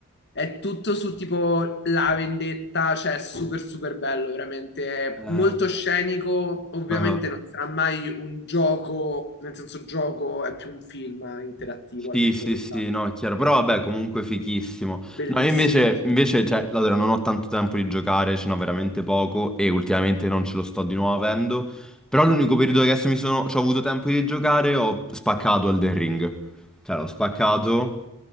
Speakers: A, on the left; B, in the centre.
A: È tutto su tipo la vendetta, cioè è super super bello, veramente È
B: Eh,
A: molto scenico. Ovviamente
B: ah.
A: non sarà mai un gioco, nel senso gioco è più un film interattivo
B: Sì,
A: al netto
B: sì,
A: dei
B: sì,
A: fatti.
B: no, è chiaro, però vabbè, comunque fichissimo.
A: Bellissimo,
B: No, io invece,
A: sì.
B: invece, cioè, allora, non ho tanto tempo di giocare, ce n'ho veramente poco e ultimamente non ce lo sto di nuovo avendo, però l'unico periodo che adesso mi sono, c'ho avuto tempo di giocare, ho spaccato Elden Ring. Cioè, l'ho spaccato